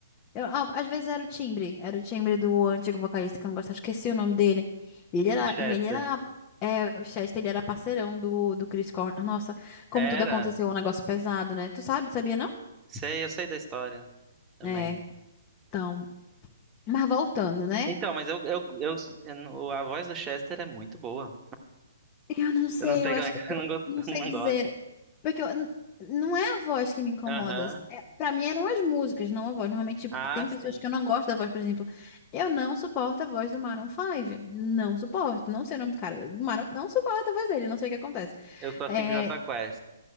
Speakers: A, on the left (about 25°); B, on the right (about 20°).
A: Eu, ah, às vezes era o timbre, era o timbre do antigo vocalista que eu não gostava, esqueci o nome dele. E ele era,
B: Chester.
A: e ele era, é, o Chester, ele era parceirão do, do Chris Cornell. Nossa, como
B: Era,
A: tudo aconteceu, é um negócio pesado, né? Tu sabe, sabia não?
B: sei, eu sei da história também.
A: É, então, mas voltando, né?
B: Então, mas eu, eu, eu, eu não- a voz do Chester é muito boa.
A: Eu não sei,
B: Eu não sei
A: eu acho
B: como é
A: que
B: que
A: eu
B: <laughs> eu não gosto.
A: não sei
B: Não
A: dizer.
B: gosto.
A: Porque eu, n- não é a voz que me incomoda.
B: Aham.
A: É, para mim eram as músicas, não a voz. Normalmente, tipo,
B: Ah,
A: tem
B: sim.
A: pessoas que eu não gosto da voz, por exemplo. Eu não suporto a voz do Maroon 5. Não suporto. Não sei o nome do cara. Do Maroon, não suporto a voz dele, não sei o que acontece.
B: Eu sou assim
A: É,
B: com Jota Quest.